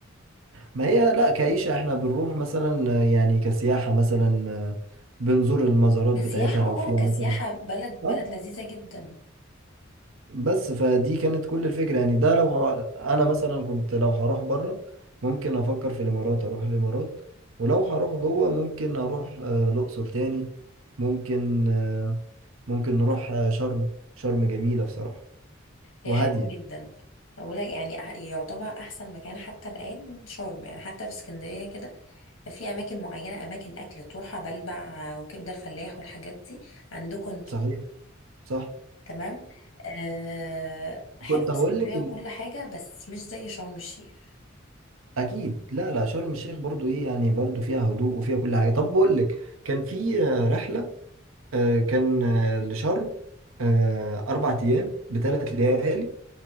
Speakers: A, on the right (about 85°); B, on the left (about 75°).
A: ما هي لا كعيشة احنا بنروح مثلا يعني كسياحة مثلا بنزور المزارات بتاعتها
B: كسياحه
A: لو
B: اه
A: فيها
B: كسياحه
A: مثلا
B: بلد بلد
A: اه
B: لذيذه جدا
A: بس فدي كانت كل الفكرة يعني ده لو هر... انا مثلا كنت لو هروح بره ممكن افكر في الامارات اروح الامارات ولو هروح جوه ممكن اروح آه، الاقصر تاني ممكن آه، ممكن نروح آه، شرم شرم جميلة بصراحة وهادية
B: هي حلو جدا بقول لك يعني أح- يعتبر احسن مكان حتى الان شرم يعني حتى في اسكندريه كده في اماكن معينه اماكن اكل تروحها بلبع وكبده الفلاح والحاجات دي عندكم انتوا
A: صحيح صح
B: تمام آه
A: فكنت
B: حلو
A: هقول
B: اسكندريه
A: لك
B: وكل حاجه بس مش زي شرم الشيخ
A: اكيد لا لا شرم الشيخ برضو ايه يعني برضو فيها هدوء وفيها كل حاجه طب بقول لك كان في آه، رحله آه، كان آه، لشرم آه، اربع ايام بثلاث ليالي